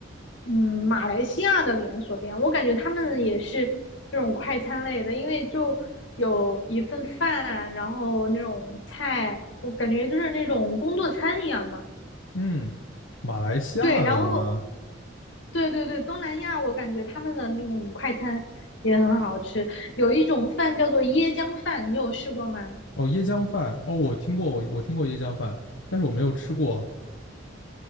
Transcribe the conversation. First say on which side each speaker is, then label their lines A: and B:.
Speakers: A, on the left (about 70°); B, on the left (about 80°).
A: 嗯，马来西亚的连锁店，我感觉他们也是这种快餐类的，因为就有一份饭，然后那种菜，我感觉就是那种工作餐一样的。
B: 嗯，马来西亚的吗？
A: 对，然后对对对，东南亚我感觉他们的那种快餐也很好吃，有一种饭叫做椰浆饭，你有试过吗？
B: 哦，椰浆饭，哦，我听过，我我听过椰浆饭，但是我没有吃过，